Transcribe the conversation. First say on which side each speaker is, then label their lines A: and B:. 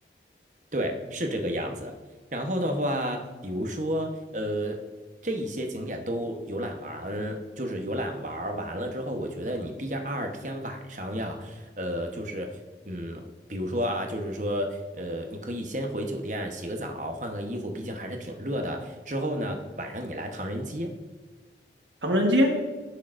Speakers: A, on the right (about 45°); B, on the right (about 80°).
A: 对，是这个样子。然后的话，比如说，呃，这一些景点都游览完，就是游览玩儿完了之后，我觉得你第二天晚上呀，呃，就是，嗯，比如说啊，就是说，呃，你可以先回酒店洗个澡，换个衣服，毕竟还是挺热的。之后呢，晚上你来唐人街。
B: 唐人街。